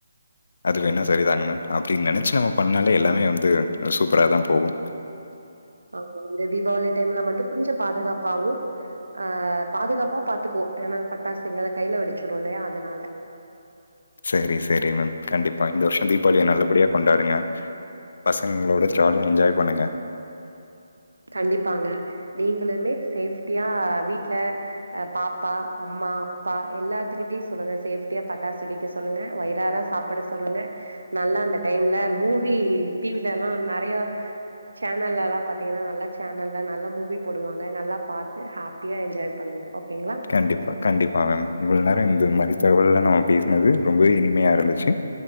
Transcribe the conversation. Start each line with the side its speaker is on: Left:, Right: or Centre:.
Left: அது வேணா சரிதாங்க மேம் அப்டின் நெனைச்சு நம்ம பண்ணாலே எல்லாமே வந்து சூப்பராதா போகு
Right: <inaudible> அவுங்கள இந்த தீபாவளி டைம்ல மட்டு கொஞ்ச பாதுகாப்பாவு அ பாதுகாப்பா பாத்துக்குவோ ஏனா ஃபட்டாசுங்கள கைல வெடிச்சுடு இல்லையா அதனால
Left: செரி செரி மேம் கண்டிப்பா இந்த வர்ஷோ தீபாவளிய நல்லபடியா கொண்டாடுங்க பசங்களோட ஜாலியா என்ஜாய் பண்ணுங்க
Right: கண்டிப்பாங்க நீங்களுமே சேஃப்ட்டியா வீட்ல அ பாப்பா அம்மா அப்பா எல்லாத்துக்கிட்டயு சொல்லுங்க சேஃப்டியா பட்டாசு வெடிக்க சொல்லுங்க வயிறார சாப் பிட சொல்லுங்க நல்லா அந்த டைம்ல மூவி டி வில எல்லா நறையா னல்லலா பாத்தீங்கன்னா நல்லா சேனல்ல நல்லா மூவி போடுவாங்க நல்லா பாத்து ஹாப்பியா என்ஜாய் பண்ணுங்க ஓகேங்களா
Left: கண்டிப்பா கண்டிப்பா மேம் இவ்ளோ நேரோ இந்த மாரி தகவல்லா நம்ம பேசுனது ரொம்பவே இனிமையா இருந்துச்சு